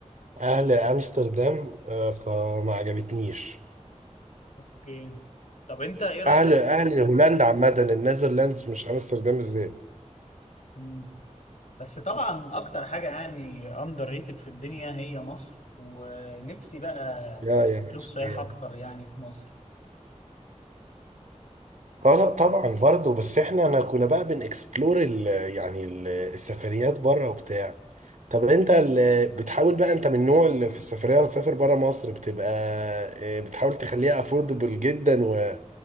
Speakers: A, on the right (about 80°); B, on the left (about 75°).
A: اهل امستردام آه، فما عجبتنيش
B: اوكي طب انت ايه رأيك
A: اهل اهل هولندا عامه النيذرلاندز مش امستردام الذات
B: مم. بس طبعا اكتر حاجة يعني اندر ريتد في الدنيا هي مصر ونفسي بقى
A: يا يا
B: اشوف سياحة
A: يا
B: اكتر يعني في مصر
A: اه لا طبعا برضه بس احنا انا كنا بقى بنكسبلور ال يعني ال السفريات بره وبتاع طب انت اللي بتحاول بقى انت من النوع اللي في السفريه وتسافر بره مصر بتبقى آه، بتحاول تخليها افوردبل جدا و-